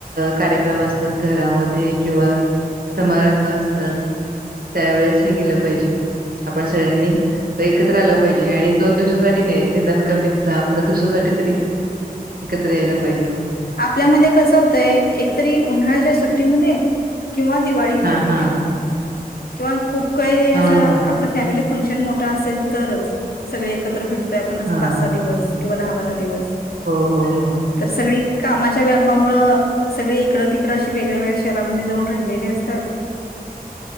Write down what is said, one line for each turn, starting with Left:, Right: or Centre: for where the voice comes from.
Right: कार्यक्रम अस असत घरामध्ये किंवा समारंभ असतात, त्यावेेळेस हे केलं पाहिजे. आपण सगळ्यांनी एकत्र आलं पायजे, आणि दोन दिवसासाठी नाही निदान कमी दहा, पंधरा दिवसासाठी री, एकत्र यायला पायजे.
Left: आपल्यामध्ये कस होतंय, एक तरी उन्हाळ्याच्या सुट्टीमध्ये, किंवा दिवाळीमध्ये,
Right: हां हां
Left: किंवा खूप काही असं
Right: हां
Left: आपलं फॅमिली फंक्शन मोठा असेल तरच सगळे एकत्र भेटत आपण अस
Right: हां
Left: पाच सा दिवस किंवा, दहा बारा दिवस,
Right: हो हो हो
Left: तर सगळी कामाच्या व्यापामुळं सगळी इकडं, तिकडं अशी वेगळ्या, वेगळ्या शहरांमध्ये जाऊन राहिलेली असतात
Right: <inaudible>